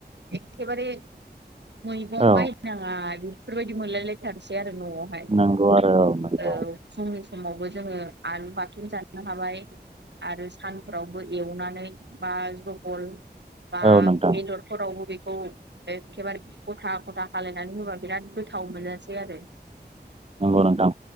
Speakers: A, on the right (about 85°); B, on the right (about 35°).
A: एखेबारे मैगं
B: औ
A: बायनाङा बेफोरबायदि मोनलायलायथारसै आरो न'आवहाय।
B: नंगौ आरो नंगौ
A: औ फुं समावबो जोङो आलु बाथोन जानो हाबाय आरो सानफ्रावबो एवनानै बा जहल बा
B: औ नोंथां
A: बेदरफोरावबो बे खौ एखेबारे गथा गथा खालायनानै होबा बिराद गोथाव मोनजासै आरो।
B: नंगौ नोंथां।